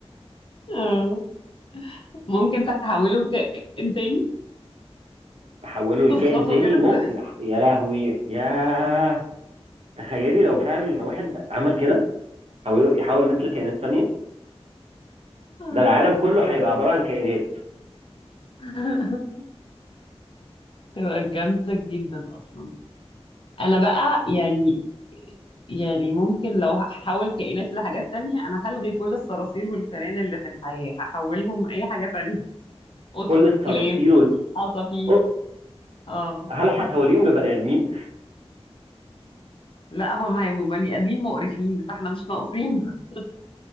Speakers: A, on the left; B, on the right.
A: آه. ممكن تحوله كائن تاني
B: احوله
A: تسخطه
B: لكائن تاني
A: قرد
B: ممكن
A: <laughs>
B: أح- يا لهوي ياه تخيلي لو فعلا واحد عمل كده حاول يحاول الناس لكائنات تانية
A: آه.
B: ده العالم كله هيبقى عبارة عن كائنات
A: <laughs> تبقى جامدة جدا اصلا انا بقى يعني يعني ممكن لو هحول كائنات لحاجات تانية أنا هلغي كل الصراصير والفئران اللي في الحياة هحولهم أي حاجة تانية <laughs> قطط
B: كل الصراصير
A: كلاب
B: وال...
A: عصافير
B: أو-
A: اه
B: هل هتوليهم لبني آدمين؟
A: لا هم هيبقوا بني آدمين مقرفين فاحنا مش ناقصين <laughs>